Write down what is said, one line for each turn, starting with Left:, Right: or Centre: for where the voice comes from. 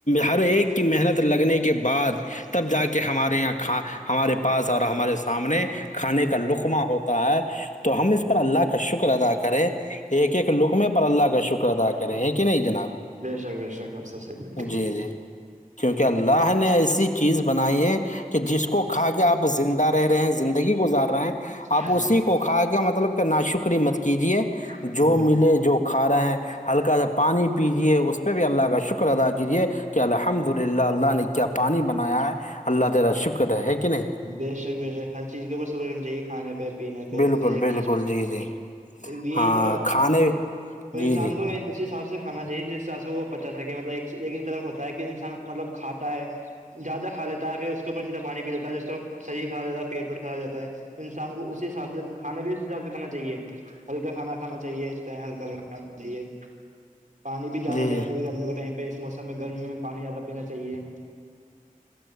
Left: ہر ایک کی محنت لگنے کے بعد تب جا کے ہمارے یہاں کھا ہمارے پاس اور ہمارے سامنے کھانے کا لقمہ ہوتا ہے تو ہم اس پر اللہ کا شکر ادا کرے ایک ایک لکم میں پر اللہ کا شکر ادا کرے ہے کہ نہیں جناب
Right: بے شک بے شک آپ بلکل
Left: جی جی کیونکہ اللہ نے ایسی چیز بنائی ہے کہ جس کو کہ آپ زندہ رہ رہے ہیں زندگی گزار رہے ہیں
Right: ہ
Left: آپ اسی کو کھا کے مطلب کہ ناشکری مت کیجیے
Right: ہ
Left: جو ملے جو کھا رہے ہیں ہلکا سا پانی پیجیے اس پہ بھی اللہ کا شکر ادا کیجیے کہ الحمد للہ اللہ نے کیا پانی بنایا ہے اللہ تعالا شکر ہے کہ نہیں
Right: بے شک بے شک ہر چیز کے اوپر شکر کرنا چاہیے کھانے پہ پینے پہ
Left: بالکل
Right: ہر ایک
Left: بالکل
Right: چیز
Left: جی جی
Right: میں یہی
Left: ہاں
Right: تو اور
Left: کھانے
Right: انسان
Left: جی جی
Right: کو اس حساب سے کھا چاہیے جس سے وہ پچا سکے مطلب ایک ہی طرف ہوتا ہے کہ انسان مطلب کھاتا ہے زیادہ کھاتا ہے پھر اس کے اور سیدھا پانی پی لیتا ہے ب شریر خراب جاتا ہے پیٹ پیٹ خراب جاتا ہے تو انسان کو اسی حساب سے کھانا بھی اسی حساب سے کھانا چاہیے ہلکا کھانا کھانا چاہیے اس ٹائم ہلکا کھانا چاہیے پانی بھی زیادہ
Left: جی
Right: پینا
Left: جی
Right: چاہیے گرمی کے ٹائم پہ موسم میں گرمی میں پانی زیادہ پینا چاہیے